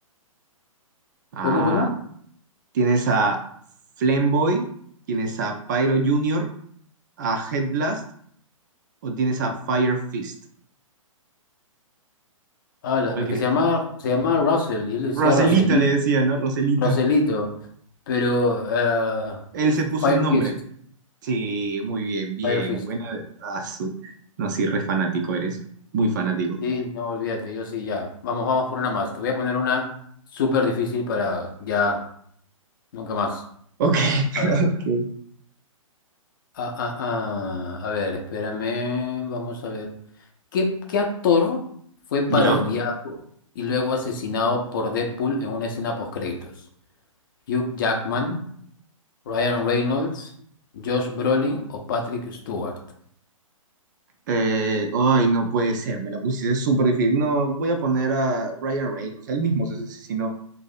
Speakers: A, on the right; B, on the left.
A: Ah,
B: ¿Cómo, cómo?
A: tienes a Flamboy, tienes a Pyro Junior. a Headblast o tienes a Fire Fist?
B: Ah, la-
A: ¿Cuál
B: es
A: quieres?
B: que se llama, se llama Russell, y él decía
A: Roselito
B: Russell.
A: le decía, ¿no? Roselito.
B: Roselito, pero eh,
A: Él se puso
B: Fire
A: un nombre.
B: Fist,
A: Sí, muy bien, bien.
B: Fire Fist.
A: Buena. ah, su- No, sí, re fanático eres. Muy fanático.
B: Sí, no olvídate, yo sí, ya. Vamos, vamos por una más. Te voy a poner una súper difícil para ya, nunca más.
A: Ok, <laughs>
B: A ver,
A: ok.
B: ah, ah, ah, a ver, espérame, vamos a ver. ¿Qué, qué actor fue parodiado
A: ¿Ya?
B: y luego asesinado por Deadpool en una escena postcréditos? ¿Hugh Jackman, Ryan Reynolds, Josh Brolin o Patrick Stewart?
A: Eh, ay, no puede ser. Me la pusiste súper difícil. No, voy a poner a Ryan Reynolds. Él mismo se asesinó.